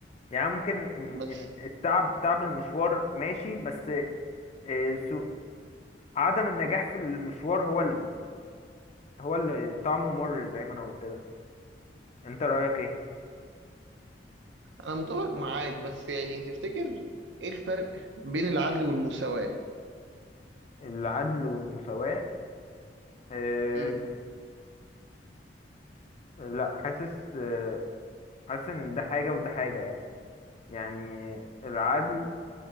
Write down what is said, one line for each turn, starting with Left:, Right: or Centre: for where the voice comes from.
Left: يعني ممكن إن
Right: بس
Left: إن التعب تعب المشوار ماشي بس آه، سو عدم النجاح في المشوار هو اللي هو اللي طعمه مر زي ما انا قلت لك انت رايك ايه
Right: أنا متفق معاك بس يعني تفتكر إيه الفرق بين العدل والمساواة؟
Left: العدل والمساواه آه،
Right: أمم.
Left: لا حاسس آه، حاسس ان ده حاجه وده حاجه يعني يعني العدل